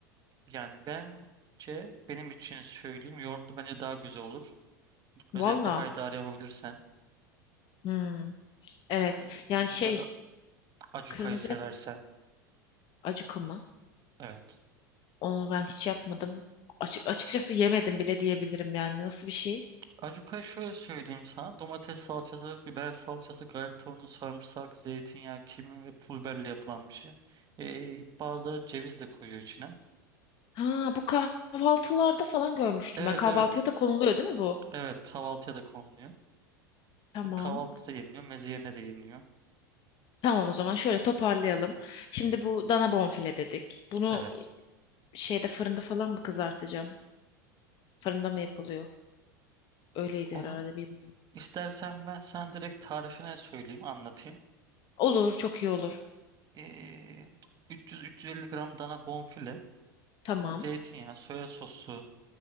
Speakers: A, on the right; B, on the left.
A: Yani bence benim için söyleyeyim yoğurtlu bence daha güzel olur. Özellikle
B: Valla.
A: haydari yapabilirsen
B: Hmm, evet.
A: e,
B: Yani şey
A: ya da acukayı
B: kırmızı
A: seversen.
B: et acuka mı?
A: Evet.
B: Onu ben hiç yapmadım. Açık, açıkçası yemedim bile diyebilirim yani. Nasıl bir şey?
A: Acukayı şöyle söyleyeyim sana. Domates salçası, biber salçası, galeta unu, sarımsak, zeytinyağı, kimyon ve pul biberle yapılan bir şey. E, bazıları ceviz de koyuyor içine.
B: Ha bu kahvaltılarda falan görmüştüm
A: Evet
B: ben. Kahvaltıya
A: evet.
B: da konuluyor değil mi bu?
A: Evet kahvaltıya da konuluyor.
B: Tamam.
A: Kahvaltıda yeniliyor. Meze yerine de yeniliyor.
B: Tamam o zaman şöyle toparlayalım. Şimdi bu dana bonfile dedik. Bunu
A: Evet.
B: şeyde fırında falan mı kızartacağım? Fırında mı yapılıyor? Öyleydi
A: onun
B: herhalde bilmiyorum.
A: İstersen ben sana direkt tarifine söyleyeyim, anlatayım.
B: Olur, çok iyi olur.
A: Ee, 300-350 gram dana bonfile,
B: Tamam,
A: sonra zeytinyağı, soya sosu,